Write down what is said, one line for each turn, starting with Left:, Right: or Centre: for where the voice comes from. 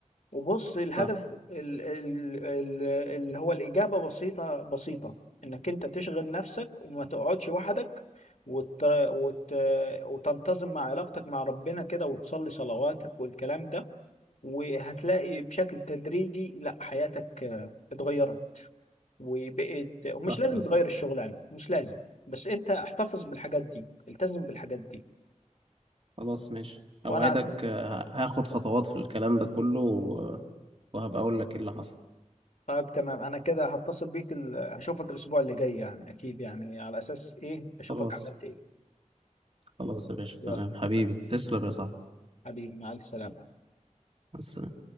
Left: وبص الهدف
Right: صح
Left: ال- ال- ال- اللي هو الإجابة بسيطة بسيطة انك انت تشغل نفسك وما تقعدش وحدك وت... وت... وتنتظم مع علاقتك مع ربنا كده وتصلي صلواتك والكلام ده وهتلاقي بشكل تدريجي لا حياتك آه، اتغيرت وبقت ومش
Right: صح
Left: لازم
Right: يا اسطى
Left: تغير الشغل يعني مش لازم بس انت احتفظ بالحاجات دي التزم بالحاجات دي
Right: خلاص ماشي
Left: وانا
Right: اوعدك
Left: أت-
Right: آه، هاخد خطوات في الكلام ده كله و- وهبقى اقول لك ايه اللي حصل
Left: طيب تمام انا كده هتصل بيك ال... هشوفك الاسبوع اللي جاي يعني اكيد يعني على اساس ايه اشوفك
Right: خلاص
Left: عملت ايه
Right: خلاص يا باشا
Left: يلا
Right: تمام حبيبي تسلم يا صاحبي
Left: حبيبي مع السلامة
Right: بس